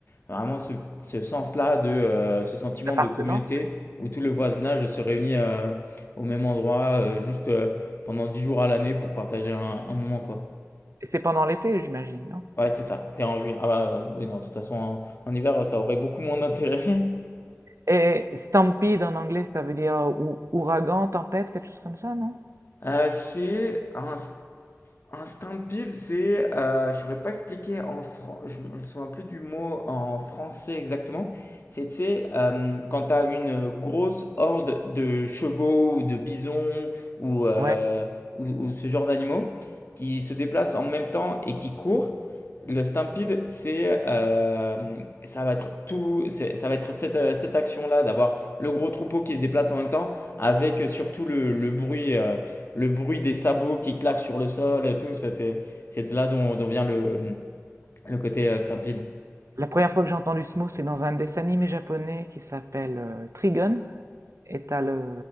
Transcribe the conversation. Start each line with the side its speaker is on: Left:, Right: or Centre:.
Left: vraiment ce, ce sens-là, de, euh, ce sentiment
Right: l'appartenance,
Left: de communauté
Right: oui.
Left: où tout le voisinage se réunit euh, au même endroit, euh, juste euh, pendant 10 jours à l'année pour partager un, un moment, quoi.
Right: Et c'est pendant l'été, j'imagine, non?
Left: Ouais, c'est ça, c'est en juillet. Ah bah, euh, oui, non, de toute façon, en, en hiver, ça aurait beaucoup moins d'intérêt. <laughs>
Right: Et stampede en anglais, ça veut dire euh, ou- ouragan, tempête, quelque chose comme ça, non?
Left: Euh, c'est un Un stampede, c'est, euh, je saurais pas expliquer en fran... je, me je me souviens plus du mot en français exactement. C'est C'était euh, quand t'as une grosse horde de chevaux ou de bisons ou, euh,
Right: Ouais.
Left: ou, ou ce genre d'animaux qui se déplacent en même temps et qui courent. Le stampede, c'est, euh, ça va être tout, c'est- ça va être cette, euh, cette action-là d'avoir le gros troupeau qui se déplace en même temps avec surtout le, le bruit. euh, le bruit des sabots qui claquent sur le sol, tout ça, c'est, c'est de là dont, dont vient le, le côté euh, Stampin'.
Right: La première fois que j'ai entendu ce mot, c'est dans un dessin animé japonais qui s'appelle euh, Trigun. Et t'as le,